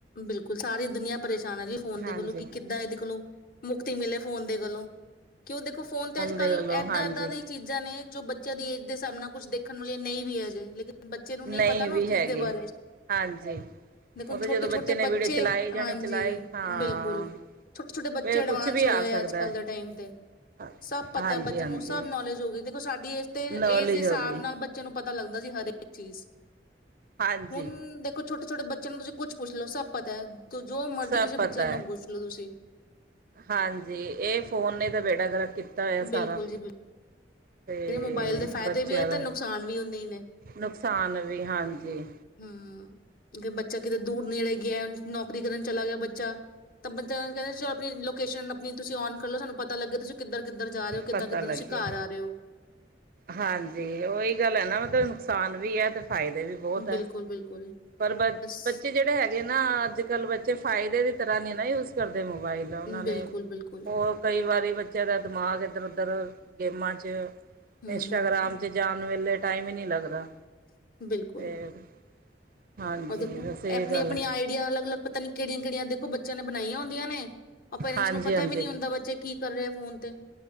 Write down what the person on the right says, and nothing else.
ਹਾਂਜੀ
ਦੇ ਵੱਲੋਂ
ਹਾਂਜੀ
ਨਹੀਂ
ਵੀ
ਹੈਗੀ
ਹਾਂਜੀ
ਉਹ ਤਾਂ।
ਨੇ ਵੀਡੀਓ ਚਲਾਏ ਜਾਣੇ
ਚਲਾਏ ਹਾਂ
ਫਿਰ
ਕੁਛ ਵੀ
ਆ
ਸਕਦਾ
ਹੈ
ਹਾਂਜੀ
ਹਾਂਜੀ
ਨੌਲੇਜ
ਹੋ ਗਈ
ਹਾਂਜੀ
ਸਭ
ਪਤਾ
ਹੈ
ਹਾਂਜੀ ਇਹ ਫੋਨ ਨੇ ਤਾਂ ਬੇੜਾ ਗਰਕ ਕੀਤਾ
ਸਾਰਾ
ਤੇ
ਬੱਚਿਆਂ
ਦਾ
ਨੁਕਸਾਨ ਵੀ ਹਾਂਜੀ
ਪਤਾ
ਲੱਗੇ
ਹਾਂਜੀ ਉਹੀ ਗੱਲ ਹੈ। ਨਾ ਮਤਲਬ ਨੁਕਸਾਨ ਵੀ ਹੈ ਤੇ ਫਾਇਦੇ ਵੀ ਬਹੁਤ
ਹੈ। ਪਰ ਬੱਚੇ
ਜਿਹੜੇ ਹੈਗੇ ਨਾ ਅੱਜ ਕੱਲ੍ਹ ਬੱਚੇ ਫਾਇਦੇ ਦੀ ਤਰ੍ਹਾਂ ਨਹੀਂ ਨਾ ਹੀ ਉਸਨੂੰ ਚਲਾਉਦੇ ਦੇ ਮੋਬਾਈਲ ਉਹ ਨੇ
ਹੋਰ ਕਈ ਵਾਰੀ ਬੱਚਿਆਂ ਦਾ ਦਿਮਾਗ ਇੱਧਰ ਉਧੱਰ ਗੇਮਾਂ ਚ ਲੱਗੇ ਰਹਿਦੇ
ਇੰਸਟਾਗ੍ਰਾਮ ਚ ਜਾਣ ਵੇਲੇ ਟਾਈਮ ਹੀ ਨਹੀਂ ਲੱਗਦਾ।
ਤੇ ਹਾਂਜੀ
ਬਸ ਇਹ
ਗੱਲ
ਹੈ।
ਹਾਂਜੀ
ਹਾਂਜੀ